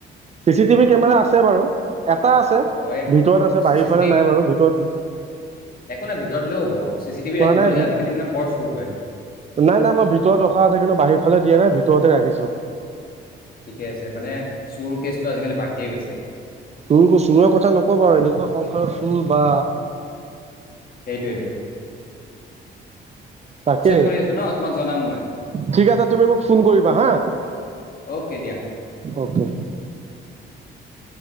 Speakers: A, on the right; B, on the left.
A: চি চি টিভি কেমেৰা আছে বাৰু। এটা আছে।
B: অ', এই
A: ভিতৰত আছে বাহিৰ
B: চি
A: ফালে
B: চি টিভি
A: নাই বাৰু! ভিতৰত ও,
B: একো নাই ভিতৰত দিলেও হ'ব চি চি টিভি
A: হোৱা
B: ৰাখিব
A: নাই
B: লাগে
A: ভিত,
B: আজিকালি মানে বৰ চুৰ হয়।
A: নাই নাই মই ভিতৰত ৰখা আছে কিন্তু বাহিৰ ফালে দিয়া নাই ভিতৰত তে ৰাখিছোঁ।
B: ঠিকে আছে। মানে চোৰ কেচটো আজিকালি বাঢ়িয়ে গৈছে।
A: চোৰ চোৰৰ কথা নকবা আৰু এনেকুৱা সংসাৰ চোৰ বা।
B: সেইটো এইটো
A: তাকে।
B: কৰি আছো ন তোমাক জনাম মই
A: ঠিক আছে, তুমি মোক ফোন কৰিবা হা?
B: অ'কে দিয়া
A: অ'কে।
B: <inaudible>